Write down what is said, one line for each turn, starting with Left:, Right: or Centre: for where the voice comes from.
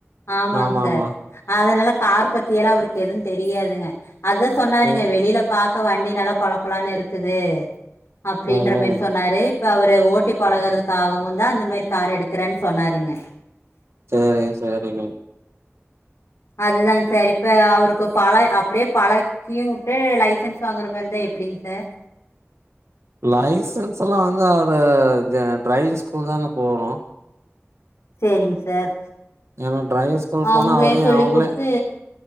Left: ஆமாங்
Right: ஆமா
Left: சார்
Right: ஆமா
Left: அதனால கார் பத்தியெல்லா அவருக்கு எதுவு தெரியாதுங்க. அதா சொன்னாருங்க
Right: ம்
Left: வெளியில பா க்க வண்டி நல்லா பளபளான்னு இரு க்குது அப்டின்ற
Right: ம் ம்
Left: மாரி சொன்னாரு இப்ப அவரு ஓட்டி பழகுறதுக்காகவுந்தா அந்த மாரி கார் எடுக்கறேன்னு சொன்னாருங்க.
Right: சரி சரிங்க
Left: அதுதாங் சார் இப்ப அவரு இப்ப பழ அப்டியே பழக்கியு வுட்டு லைசன்ஸ் வாங்குற மாரி இருந்தா எப்டிங் சார்?
Right: லைசன்ஸ்லா வந்து அவரு து டிரைவிங் ஸ்கூல்தாங்க போகணு
Left: சேரிங் சார்
Right: ஏன்னா டிரைவிங் ஸ்கூல்
Left: அவங்களே
Right: போனா அவரையு
Left: சொல்லி
Right: அவங்களே
Left: குடுத்து